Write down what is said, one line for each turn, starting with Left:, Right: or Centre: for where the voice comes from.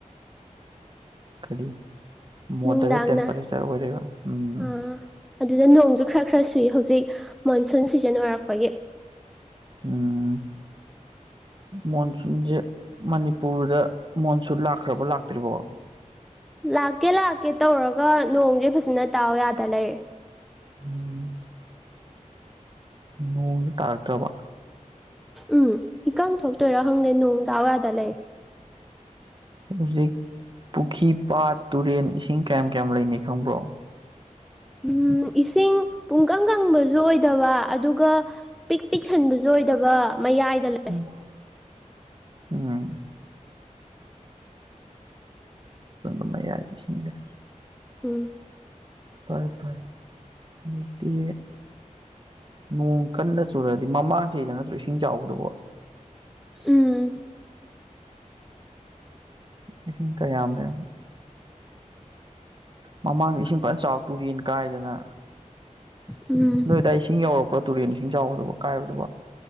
Right: ꯀꯔꯤ ꯃꯣꯗꯔꯦꯠ
Centre: ꯅꯨꯡꯗꯥꯡꯅ
Right: ꯇꯦꯝꯄꯔꯦꯆꯔ ꯑꯣꯏꯔꯦꯕ ꯎꯝ꯫
Centre: ꯑꯥ ꯑꯗꯨꯗ ꯅꯣꯡꯁꯨ ꯈꯔ ꯈꯔ ꯁꯨꯏ ꯍꯧꯖꯤꯛ ꯃꯣꯟꯁꯨꯟ ꯁꯤꯖꯟ ꯑꯣꯏꯔꯛꯄꯒꯤ꯫
Right: ꯎꯝ ꯃꯣꯟꯁꯨꯟꯁꯦ ꯃꯅꯤꯄꯨꯔꯗ ꯃꯣꯟꯁꯨꯟ ꯂꯥꯛꯈ꯭ꯔꯕ ꯂꯥꯛꯇ꯭ꯔꯤꯕꯣ꯫
Centre: ꯂꯥꯛꯀꯦ ꯂꯥꯛꯀꯦ ꯇꯧꯔꯒ ꯅꯣꯡꯁꯦ ꯐꯖꯅ ꯇꯥꯑꫭ ꯌꯥꯗ ꯂꯩꯔꯦ꯫
Right: ꯎꯝ ꯅꯣꯡꯁꯦ ꯇꯥꯔꯛꯇ꯭ꯔꯕ꯫
Centre: ꯎꯝ ꯏꯀꯪ ꯊꯣꯛꯇꯣꯏꯔꯣ ꯍꯪꯗꯦ ꯅꯣꯡ ꯇꯥꯑꫭ ꯌꯥꯗ ꯂꯩꯔꯦ꯫
Right: ꯍꯧꯖꯤꯛ ꯄꯨꯈ꯭ꯔꯤ ꯄꯥꯠ ꯇꯨꯔꯦꯟ ꯏꯁꯤꯡ ꯀꯌꯥꯝ ꯀꯌꯥꯝ ꯂꯩꯅꯩ ꯈꯪꯕ꯭ꯔꯣ꯫
Centre: ꯎꯝ ꯏꯁꯤꯡ ꯄꯨꯡꯀꯪ ꯀꯪꯕꯁꯨ ꯑꯣꯏꯗꯕ ꯑꯗꯨꯒ ꯄꯤꯛ ꯄꯤꯛ ꯊꯟꯕꯁꯨ ꯑꯣꯏꯗꯕ ꯃꯌꯥꯏꯗ ꯂꯩ
Right: <inaudible> ꯎꯝ꯫ <inaudible> ꯃꯌꯥꯏꯗꯤ ꯁꯤꯡꯖꯦ꯫
Centre: ꯎꯝ꯫
Right: ꯐꯥꯔꯦ ꯐꯥꯔꯦ ꯑꯗꯨꯗꯤ ꯅꯣꯡ ꯀꯟꯅ ꯆꯨꯔꯗꯤ ꯃꯃꯥꯡ ꯆꯍꯤꯗ ꯅꯠꯇ꯭ꯔꯣ ꯏꯁꯤꯡ ꯆꯥꯎꯕꯗꯨꯕꯣ
Centre: ꯎꯝ
Right: ꯢꯁꯤꯡ ꯀꯌꯥꯝ ꯂꯩꯔꯝꯒꯦ ꯃꯃꯥꯡꯗ ꯏꯁꯤꯡ ꯐꯖꯅ ꯆꯥꯎ ꯇꯨꯔꯦꯟ ꯀꯥꯏꯗꯅ
Centre: ꯎꯝ
Right: ꯅꯣꯏꯗꯥꯏ ꯏꯁꯤꯡ ꯌꯥꯎꯔꯛꯄ꯭ꯔꯣ ꯇꯨꯔꯦꯟ ꯏꯁꯤꯡ ꯆꯥꯎꯕꯗꯨꯕꯣ ꯀꯥꯏꯕꯗꯨꯕꯣ